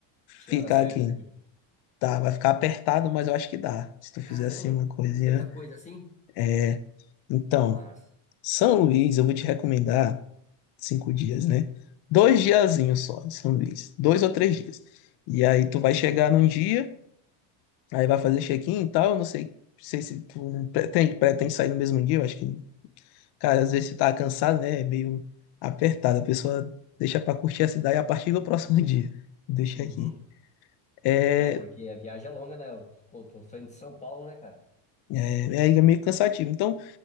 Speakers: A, on the left; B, on the left.
A: tirar
B: ficar
A: das férias
B: aqui.
A: aqui.
B: Tá, vai ficar apertado, mas eu acho que dá. Se tu
A: Caramba,
B: fizer assim uma coisinha.
A: tanta coisa assim?
B: É, Então.
A: Mas,
B: São Luís, eu vou te recomendar cinco dias, né? Dois diazinhos só em São Luís. Dois ou três dias. E aí tu vai chegar num dia, aí vai fazer check-in e tal. Eu não sei, sei se tu não pretende, pretende sair no mesmo dia. Eu acho que, cara, às vezes você tá cansado, né? É meio apertado. A pessoa deixa pra curtir a cidade a partir do <laughs> próximo dia. Deixa
A: uhum.
B: aqui. É,
A: É, porque a viagem é longa, né? Eu tô, tô saindo de São Paulo, né, cara?
B: é, é meio cansativo. Então,